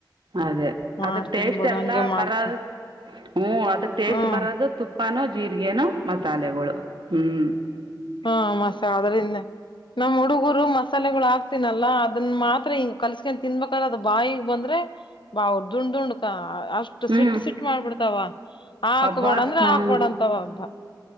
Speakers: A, on the right (about 80°); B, on the left (about 85°).
A: ಅದೇ,
B: ಮಾಡ್ತೀನ್
A: ಅದಕ್ ಟೇಸ್ಟ್
B: ಬಿಡು
A: ಎಲ್ಲ
B: ಹಂಗೆ ಮಾಡ್ತೀನಿ
A: ಬರ. <inaudible> ಹ್ಮ, ಅದು, ಟೇಸ್ಟ್
B: ಹ್ಮ್
A: ಬರೋದು, ತುಪ್ಪಾನೂ ಜೀರಿಗೆನೋ, ಮಸಾಲೆಗಳು, ಹ್ಮ್. <inaudible>
B: ಹಾ ಮಾಸ, ಅದ್ರಿಂದ ನಮ್ಮ್ ಹುಡುಗರು ಮಸಾಲೆಗಳು, ಹಾಕ್ತನಲ್ಲ. <inaudible> ಅದನ್ನ, ಮಾತ್ರ ಹಿಂಗ, ಕಲ್ಸ್ಕೊಂಡ್ ತಿನ್ಬೇಕಾದ್ರ, ಅದು ಬಾಯಿಗೆ, ಬಂದ್ರೆ ಬಾ ಅವ ದುಂಡ್ ದುಂಡ್ಕ. <inaudible> ಅಷ್ಟು,
A: ಹ್ಞೂ
B: ಸಿಟ್ಟು, ಸಿಟ್ಟು ಮಾಡ್ಬಿಡ್ತಾವ! ಹಾಕ್ಬೇಡ
A: ಅಬ್ಬಾ
B: ಅಂದ್ರ,
A: ಹ್ಞೂ
B: ಹಾಕ್ಬೇಡ ಅಂತವ. <inaudible>